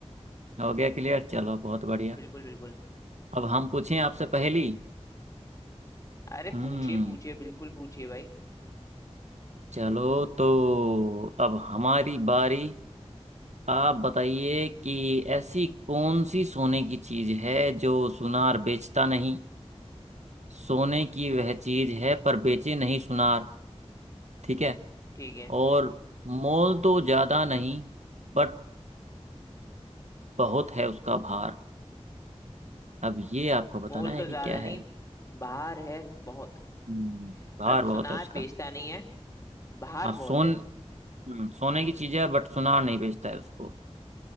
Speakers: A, on the right; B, on the left.
A: हो गया क्लियर चलो बहुत बढ़िया
B: बिल्कुल बिल्कुल
A: अब हम पूछें आपसे पहली
B: अरे
A: हम्म
B: पूछिए पूछिए बिल्कुल पूछिए भाई
A: चलो तो अब हमारी बारी आप बताइए कि ऐसी कौन सी सोने की चीज है जो सुनार बेचता नहीं सोने की वह चीज है पर बेचे नहीं सुनार ठीक है
B: ठीक है
A: और मोल तो ज्यादा नहीं बट बहुत है उसका भार अब ये आपको बताना
B: मोल
A: है
B: तो
A: कि
B: ज्यादा
A: क्या है
B: नहीं बहार है बहुत
A: हम्म, भार
B: मतलब
A: बहुत
B: सुनार
A: है उसका
B: बेचता नहीं है बाहर
A: हाँ
B: बहुत
A: सोन
B: है
A: हम्म, सोने की चीज है बट सुनार नहीं बेचता है उसको